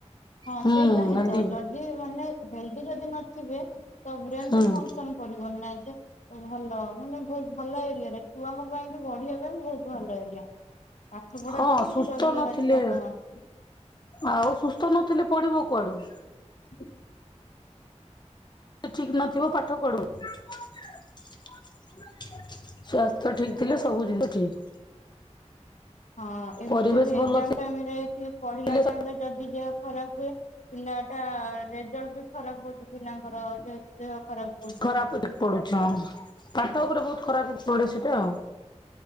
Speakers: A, on the left; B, on the left.
A: ହୁଁ
B: ହଁ ସେଇଟା ହେଇଯାଅ
A: ହେଲ୍ଦି
B: ଜ ଦି ମାନେ ହେଲଦି ଯଦି ନଥିବେ, ତ ବ୍ରେନ୍
A: ହୁଁ
B: ବି ଫଙ୍କସ୍ ପରିବାର୍ ନାଁହି ଯେ ଭଲ ମାନେ ବୋହୁତ ଭଲ ଏରିଆରେ ଛୁଆଙ୍କ ପାଇଁ ବି ବଢିଆ। ଯୋଉ ବହୁତ ଭଲ ଏରିଆ, ପାଠ ପଢା
A: ହଁ
B: ଟାକୁ ଟିକେ
A: ସୁସ୍ଥ
B: ଜଗିବାର
A: ନଥିଲେ
B: ଅଛିି ବାପା ମା ଙ୍କୁ।
A: ଆଉ ସୁସ୍ଥ ନଥିଲେ ପଢିବ କୁଆଡୁ।
B: <inaudible>
A: ଠିକ୍ ନଥିବ ପାଠ କୁଆଡୁ ଆସିବ। ସ୍ଵାସ୍ଥ୍ୟ ଠିକ୍ ଥିଲେ ସବୁ ଜିନିଷ ଠିକ୍।
B: ହଁ, ଏମିତିରେ
A: ପରିବେଶ
B: ବି
A: ଭଲ
B: ଏକ୍ଜାମ ଟାଇମରେ କି ପଢିଲା
A: ଥିଲେ
B: ଟାଇମରେ ଯଦି ଦେହ ଖରାପ ହୁଏ। ପିଲା ଟା ରେଜଲ୍ଟ ବି ଖରାପ ହଉଚି ପିଲାଙ୍କର ଯେହେତୁ ଦେହ ଖରାପ ହଉଛି
A: ଖରାପ ହେଇ ପଡୁଚି ହଁ ପାଠ ଉପରେ ବହୁତ୍ ଖରାପ ପଡେ ସେଟା।